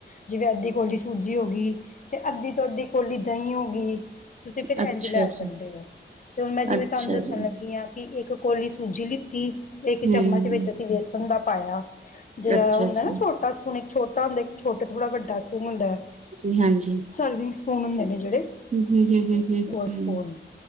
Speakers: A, on the left; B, on the right.
A: ਜਿਵੇਂ ਅੱਧੀ ਕੋਲੀ ਸੂਜੀ ਹੋ ਗਈ ਤੇ ਅੱਧੀ ਤੋਂ ਅੱਧੀ ਕੋਲੀ ਦਹੀਂ ਹੋ ਗਈ ਤੁਸੀਂ ਫਿਰ
B: ਅੱਛਾ
A: ਇੰਝ ਲੈ
B: ਜੀ,
A: ਸਕਦੇ ਹੋ ਤੇ ਹੁਣ ਮੈਂ ਜਿਵੇਂ
B: ਅੱਛਾ
A: ਤੁਹਾਨੂੰ ਦੱਸਣ
B: ਜੀ।
A: ਲੱਗੀ ਹਾਂ ਕਿ ਇੱਕ ਕੋਲੀ ਸੂਜੀ ਲਿੱਤੀ ਇੱਕ
B: ਹੂੰ,
A: ਚਮਚ ਵਿੱਚ ਅਸੀਂ ਬੇਸਣ ਦਾ ਪਾਇਆ ਜਿਹੜਾ
B: ਅੱਛਾ
A: ਹੋਦਾ
B: ਜੀ,
A: ਨਾ ਛੋਟਾ ਸਪੂਨ ਇੱਕ ਛੋਟ ਹੁੰਦਾ ਇੱਕ ਛੋਟ ਥੋੜਾ ਵੱਡਾ ਸਪੂਨ ਹੁੰਦਾ
B: ਜੀ ਹਾਂਜੀ।
A: ਸਰਵਿੰਗ ਸਪੂਨ ਹੁੰਦੇ ਨੇ ਜਿਹੜੇ
B: ਹੂੰ, ਹੂੰ, ਹੂੰ, ਹੂੰ, ਹੂੰ,
A: ਉਹ ਸਪੂਨ
B: ਹੂੰ